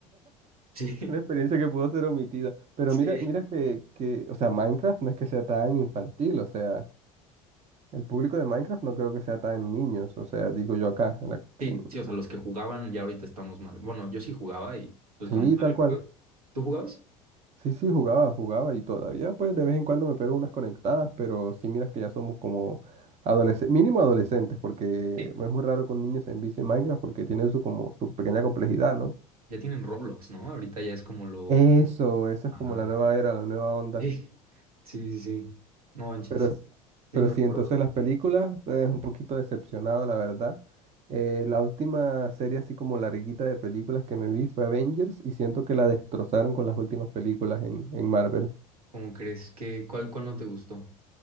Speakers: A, on the right; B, on the right.
A: Sí,
B: Una experiencia que pudo ser omitida. Pero
A: <laughs> sí,
B: mira, mira que, que, o sea, Minecraft no es que sea tan infantil, o sea, el público de Minecraft no creo que sea tan niños, o sea, digo yo acá. en la-
A: sí,
B: en-
A: sí, o sea, los que jugaban ya ahorita estamos más. Bueno, yo sí jugaba y pues
B: sí,
A: cuando salió
B: tal cual.
A: el juego. ¿Tú jugabas?
B: Sí, sí, jugaba, jugaba y todavía pues de vez en cuando me pego unas conectadas, pero sí miras que ya somos como adolescentes, mínimo adolescentes, porque
A: Sí.
B: no es muy raro que un niño se envicie en Minecraft porque tiene su como su pequeña complejidad, ¿no?
A: Ya tienen Roblox, ¿no? Ahorita ya es como lo.
B: Eso, eso es
A: Ajá.
B: como la nueva era, la nueva onda.
A: Sí, sí, sí. sí. No manches.
B: Pero, s-
A: Sí,
B: pero
A: no,
B: sí, entonces
A: pero.
B: las películas, eh, es un poquito decepcionado, la verdad. Eh, la última serie así como larguita de películas que me vi fue Avengers y siento que la destrozaron con las últimas películas en, en Marvel.
A: ¿Cómo crees que cuál, cuál no te gustó?